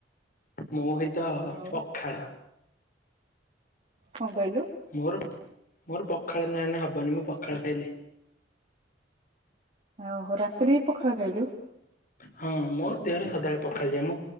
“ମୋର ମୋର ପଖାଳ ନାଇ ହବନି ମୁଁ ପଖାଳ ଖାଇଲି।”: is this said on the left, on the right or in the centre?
Left